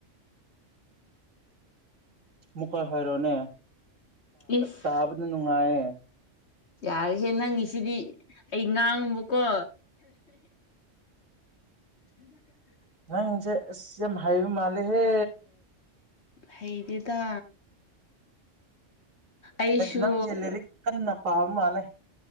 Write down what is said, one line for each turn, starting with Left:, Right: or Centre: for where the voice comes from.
Right: ꯃꯨꯛꯀ ꯍꯥꯏꯔꯣꯅꯦ
Left: ꯏꯁ
Right: ꯇꯥꯕꯗ ꯅꯨꯡꯉꯥꯏꯌꯦ
Left: ꯌꯥꯔꯤꯁꯦ ꯅꯪꯒꯤꯁꯤꯗꯤ ꯑꯩ ꯉꯥꯡꯉꯨꯕꯀꯣ <inaudible>
Right: ꯅꯥꯡꯁꯦ ꯑꯁ ꯌꯥꯝ ꯍꯥꯏꯕ ꯃꯥꯜꯂꯦꯍꯦ
Left: ꯍꯩꯗꯦꯗ ꯑꯩꯁꯨ
Right: ꯅꯪꯁꯦ ꯂꯥꯏꯔꯤꯛ ꯀꯟꯅ ꯄꯥꯕ ꯃꯥꯜꯂꯦ